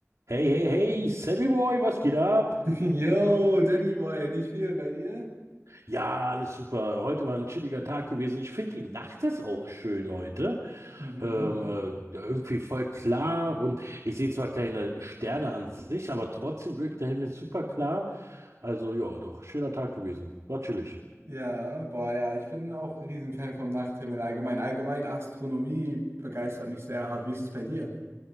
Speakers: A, on the right; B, on the right.
A: Hey, hey, hey, Sammy Boy, was geht ab?
B: <laughs> Yo, Danny Boy, nicht viel bei dir?
A: Ja, alles super. Heute war ein chilliger Tag gewesen. Ich finde, die Nacht ist auch schön heute.
B: Mhm.
A: Ähm, äh, ja, irgendwie voll klar und ich sehe zwar keine Sterne an sich, aber trotzdem wirkt der Himmel super klar. Also ja, doch, schöner Tag gewesen. War chillig.
B: Ja, boah, ja, ich bin auch ein Riesenfan vom Nachthimmel allgemein. Allgemein Astronomie begeistert mich sehr hart. Wie ist es bei dir?